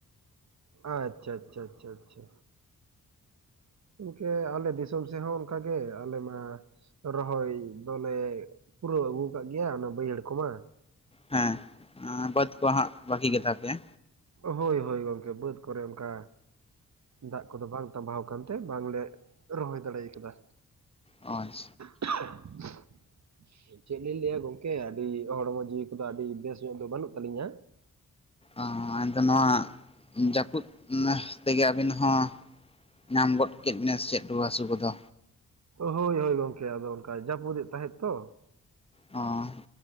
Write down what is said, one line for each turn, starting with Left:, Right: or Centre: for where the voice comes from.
Right: ᱟᱪ-ᱪᱷᱟ ᱪᱷᱟ ᱪᱷᱟ ᱪᱷᱟ᱾ ᱜᱚᱢᱠᱮ ᱟᱞᱮ ᱫᱤᱥᱚᱢ ᱥᱮᱜ ᱦᱚᱸ ᱚᱱᱠᱟᱜᱮ ᱟᱞᱮ ᱢᱟ᱾ ᱨᱚᱦᱚᱭ ᱫᱚᱞᱮ ᱯᱩᱨᱟᱹᱣ ᱟᱹᱜᱩ ᱠᱟᱜ ᱜᱮᱭᱟ ᱚᱱᱟ ᱵᱟᱹᱭᱦᱟᱹᱲ ᱠᱚᱢᱟ᱾
Left: ᱦᱮᱸ ᱵᱟᱹᱫᱽ ᱠᱚ ᱦᱟᱸᱜ ᱵᱟᱠᱤ ᱜᱮᱛᱟ ᱯᱮᱭᱟ᱾
Right: ᱦᱳᱭ ᱦᱳᱭ ᱜᱚᱢᱠᱮ ᱵᱟᱹᱫᱽ ᱠᱚᱨᱮ ᱚᱱᱠᱟ᱾ ᱫᱟᱜ ᱠᱚᱫᱚ ᱵᱟᱝ ᱛᱟᱸᱵᱟᱣ ᱠᱟᱱᱛᱮ ᱵᱟᱝᱞᱮ ᱨᱚᱦᱚᱭ ᱫᱟᱲᱮᱭ ᱠᱟᱫᱟ᱾
Left: ᱚ ᱟᱪ
Right: <unintelligible> ᱪᱮᱜ ᱞᱤᱧ ᱞᱟᱹᱭᱟ ᱜᱚᱢᱠᱮ ᱟᱰᱤ ᱦᱚᱲᱢᱚ ᱡᱤᱣᱤ ᱠᱚᱫᱚ ᱟᱰᱤ ᱵᱮᱥ ᱧᱚᱜ ᱫᱚ ᱵᱟᱱᱩᱜ ᱛᱟᱞᱤᱧᱟ᱾
Left: ᱟᱸ ᱟᱫᱚ ᱱᱚᱣᱟ ᱡᱟᱯᱩᱫ ᱛᱮᱜᱮ ᱟᱵᱤᱱ ᱦᱚᱸ᱾ ᱧᱟᱢ ᱜᱚᱫ ᱠᱮᱫ ᱵᱤᱱᱟᱹ ᱥᱮ ᱪᱮᱫ ᱨᱩᱣᱟᱹ ᱦᱟᱹᱥᱩ ᱠᱚᱫᱚ᱾
Right: ᱦᱳᱭ ᱦᱳᱭ ᱜᱚᱢᱠᱮ ᱟᱫᱚ ᱚᱱᱠᱟ ᱡᱟᱯᱩᱫᱮᱫ ᱛᱟᱦᱮᱸᱫ ᱛᱚ᱾
Left: ᱚᱸ